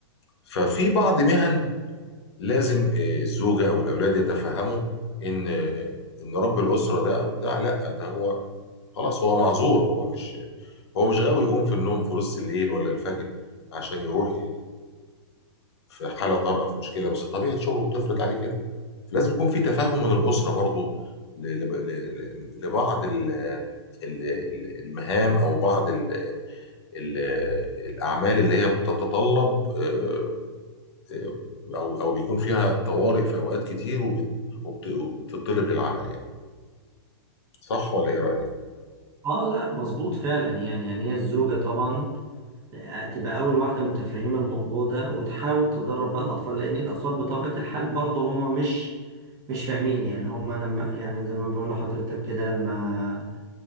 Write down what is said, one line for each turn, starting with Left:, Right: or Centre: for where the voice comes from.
Left: ففي بعض مهن لازم آه، الزوجه او الاولاد يتفهموا ان آه، ان رب الاسره ده او ده لا ده هو خلاص هو معذور هو مش هو مش غاوي يقوم في النوم في نص الليل ولا الفجر عشان يروح ي- في حاله طارئه في مشكله بس طبيعه شغله بتفرض عليه كده فلازم يكون في تفاهم من الاسره برضه ل- ل- ل- ل- لبعض ال- ال- ال- المهام او بعض ال- ال- الاعمال اللي هي بتتطلب آه، آه، او او بيكون فيها طوارئ في اوقات كتير وبت- وبت- وبتطلب للعمل يعني صح ولا ايه رايك؟
Right: اه لا مظبوط فعلا يعني يعني هي الزوجة طبعا تبقى اول واحدة متفهمة الموضوع ده وتحاول تدرب بقى الاطفال لان الاطفال بطبيعة الحال برضه هما مش مش فاهمين يعني هما لما يعني زي ما بقول لحضرتك كده لما